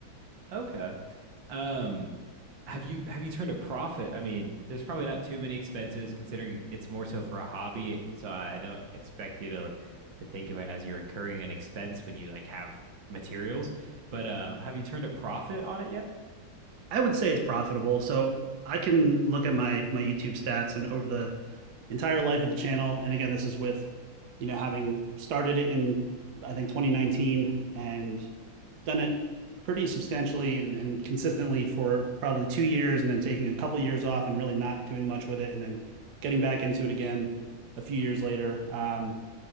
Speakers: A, on the right; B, on the right.
A: Okay. Um, have you have you turned a profit? I mean, there's probably not too many expenses considering it's more so for a hobby, so I don't expect you to to think of it as you're incurring an expense when you like have materials. But um, have you turned a profit on it yet?
B: I would say it's profitable. So I can look at my my YouTube stats and over the entire life of the channel. And again, this is with, you know, having started it in, I think, 2019 and done it pretty substantially and, and consistently for probably two years and then taking a couple of years off and really not doing much with it and then getting back into it again a few years later. Um,